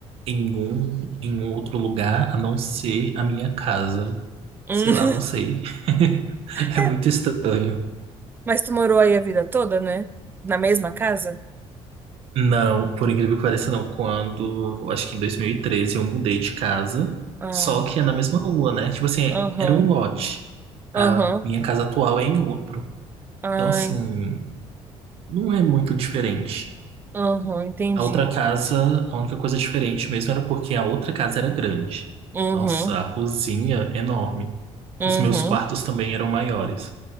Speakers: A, on the right; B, on the right.
A: em um, em um outro lugar a não ser a minha casa.
B: Hum.
A: Sei lá, não sei. <laughs>
B: <laughs>
A: É muito estranho.
B: Mas tu morou aí a vida toda, né? Na mesma casa?
A: Não, por incrível que pareça, não. Quando, acho que em 2013, eu mudei de casa,
B: Ah,
A: só que é na mesma rua, né? Tipo assim,
B: aham,
A: era um lote.
B: aham.
A: A minha casa atual é em outro.
B: Ai,
A: Então, assim. Não é muito diferente.
B: aham, entendi.
A: A outra casa, a única coisa diferente mesmo era porque a outra casa era grande.
B: Uhum,
A: Nossa, a cozinha enorme.
B: uhum,
A: Os meus quartos também eram maiores.